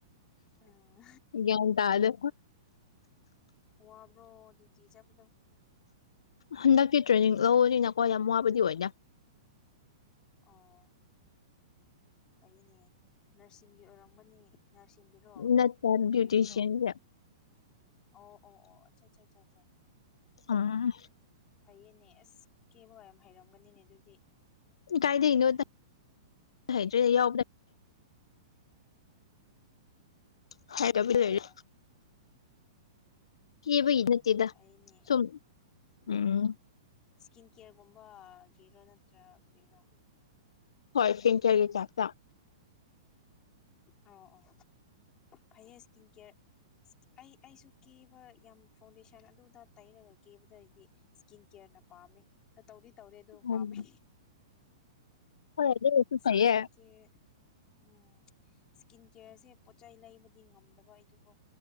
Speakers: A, on the left; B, on the left.
A: ꯎꯝ
B: ꯒ꯭ꯌꯥꯟ ꯇꯥꯗ
A: ꯋꯥꯕ꯭ꯔꯣ ꯗ꯭ꯌꯨꯇꯤ ꯆꯠꯄꯗꯣ
B: ꯍꯟꯗꯛꯛꯇꯤ ꯇ꯭ꯔꯦꯅꯤꯡ ꯂꯧꯕꯅꯤꯅꯀꯣ ꯌꯥꯝ ꯋꯥꯕꯗꯤ ꯑꯣꯏꯗꯦ
A: ꯑ ꯐꯩꯅꯦ ꯅꯔꯁꯤꯡꯒꯤ ꯑꯣꯏꯔꯝꯒꯅꯤ ꯅꯔꯁꯤꯡꯒꯤꯔꯣ
B: ꯅꯠꯇꯦ ꯕ꯭ꯌꯨꯇꯤꯁꯤꯌꯥꯟꯁꯦ
A: ꯀꯔꯤꯒꯤꯔꯣ ꯑꯣ ꯑꯣ ꯑꯣ ꯑꯆꯥ ꯑꯆꯥ ꯆ ꯆ
B: ꯑꯥ
A: ꯐꯩꯌꯦꯅꯦ ꯑꯁ ꯀꯦ ꯕꯕꯥ ꯌꯥꯝ ꯍꯩꯔꯝꯒꯅꯤꯅꯦ ꯑꯗꯨꯗꯤ
B: ꯀꯥꯏꯗꯅꯣ ꯍꯩꯇ꯭ꯔꯦ ꯌꯥꯎꯕ ꯍꯥꯏꯗꯕꯤ
A: ꯑꯣ
B: ꯂꯩꯔꯦ ꯀꯦꯕꯒꯤ ꯅꯠꯇꯦꯗ
A: ꯐꯩꯅꯦ
B: ꯁꯨꯝ ꯎꯝ
A: ꯏꯁꯀꯤꯤꯟ ꯀꯦꯔꯒꯨꯝꯕꯒꯤꯦꯔꯣ ꯅꯠꯇ꯭ꯔꯥ ꯀꯔꯤꯅꯣ
B: ꯍꯣꯏ ꯢꯁꯀꯤꯟ ꯀꯤꯌꯔꯒꯤ ꯇꯥꯢꯞꯇ
A: ꯑꯣ ꯑꯣ ꯐꯩꯌꯦ ꯏꯁꯀꯤꯟ ꯀꯤꯌꯔ ꯑꯩ ꯑꯩꯁꯨ ꯀꯦꯕ ꯌꯥꯝ ꯐꯥꯎꯟꯗꯦꯁꯟ ꯑꯗꯨꯗ ꯇꯩꯔꯒ ꯀꯦꯕꯗꯗꯤ ꯁ꯭ꯀꯤꯟ ꯀꯦꯌꯔꯅ ꯄꯥꯝꯃꯦ ꯅ ꯇꯧꯗꯤ ꯇꯧꯗꯦ ꯑꯗꯨ
B: ꯎꯝ
A: ꯄꯥꯝꯃꯦ
B: ꯍꯣꯏ
A: ꯏꯁ꯭ꯀꯤꯟ
B: ꯐꯩꯌꯦ
A: ꯀꯤꯌꯔ ꯎꯝ ꯏꯁꯀꯤꯟ ꯀꯦꯌꯔꯁꯦ ꯄꯣꯠꯆ ꯆꯩ ꯂꯩꯕꯗꯤ ꯉꯝꯗꯕ ꯑꯗꯨꯀꯣ